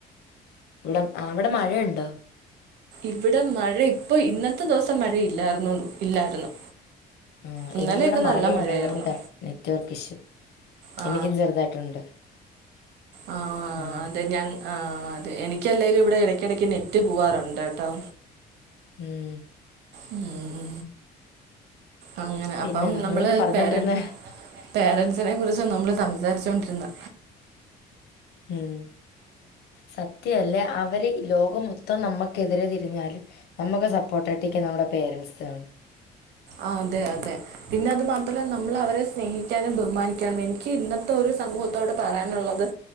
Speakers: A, on the left (about 75°); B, on the right (about 80°).
A: ഇവിടെ ആ അവിടെ മഴയുണ്ടോ
B: ഇവിടെ മഴ ഇപ്പൊ ഇന്നത്തെ ദിവസം മഴ ഇല്ലായിരുന്ന ഇല്ലായിരുന്നു
A: ഉം
B: ഇന്നലെയൊക്കെ
A: എനിക്കിവിടെ മഴയുണ്ട്
B: നല്ല മഴയായിരുന്നു
A: അതുകൊണ്ട് നെറ്റ്വർക്ക് ഇഷ്യൂ
B: ആ
A: എനിക്കും ചെറുതായിട്ടുണ്ട്
B: ആ
A: ഉം
B: അതെ ഞാൻ ആ അതെ എനിക്കല്ലെങ്കലും ഇവിടെ ഇടക്കിടക്ക് നെറ്റ് പോവാറുണ്ട് കേട്ടോ
A: ഉം
B: ഉം ഉ അങ്ങനെ
A: പിന്നെ
B: അപ്പം
A: നമ്മളെന്ത്
B: നമ്മള്
A: പറഞ്ഞോണ്ടിരുന്നേ
B: പേര പേരൻസിനെ കുറിച്ച് നമ്മള് സംസാരിച്ചോണ്ടിരുന്ന
A: ഉം സത്യ അല്ലേ അവര് ലോക മൊത്തം നമ്മുക്കെതിരെ തിരിഞ്ഞാലും നമുക്ക് സപ്പോർട്ട ആട്ടി നമ്മുടെ പേരൻറ്സ് ആണ്
B: ആ അതെ അതെ പിന്നെ അതു മാത്രല്ല നമ്മൾ അവരെ സ്നേഹിക്കാനും ബഹുമാനിക്കാന എനിക്ക് ഇന്നത്തെ ഒരു സമൂഹത്തോട് പറയാനുള്ളത്